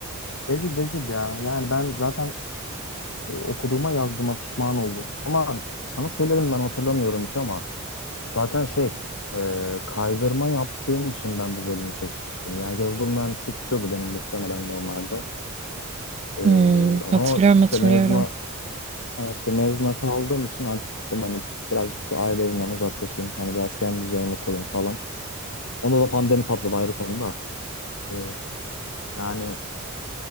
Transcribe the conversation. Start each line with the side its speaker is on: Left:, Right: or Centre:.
Left: Rezil rezil ya. Yani ben zaten e, okuduğuma yazdığıma pişman oldum. Ama sana söyledim ben hatırlamıyorum hiç ama Zaten şey, e, kaydırma yaptığım için ben bu bölümü seçmiştim. Yani yazılım mühendisi tutuyordu benim muhtemelen normalde. E,
Right: Hmm,
Left: ama
Right: hatırlıyorum
Left: işte
Right: hatırlıyorum.
Left: mezuna yani işte mezuna kaldığım için artık dedim hani birazcık şu aile evinden uzaklaşayım. Hani biraz kendi üzerime kurayım falan. Onda da pandemi patladı ayrı konuda. E, yani